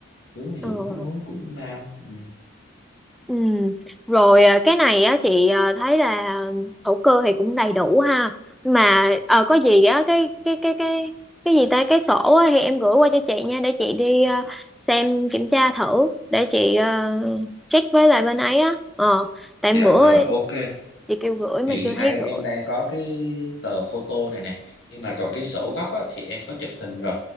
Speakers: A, on the left; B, in the centre.
A: hướng thì
B: ừ
A: cũng cũng hướng cũng nam ừ.
B: Ừ. Rồi à, cái này á chị à, thấy là thổ cư thì cũng đầy đủ ha mà ờ, có gì á cái cái cái cái cái gì ta cái sổ á, thì em gửi qua cho chị nha để chị đi à, xem kiểm tra thử để chị à, check với lại bên ấy á ờ tại
A: dạ
B: bữa
A: rồi ok
B: chị kêu gửi mà
A: thì hiện
B: chưa thấy
A: nay em
B: gửi
A: đang có cái tờ photo này nè nhưng mà còn cái sổ gốc á, thì em có chụp hình rồi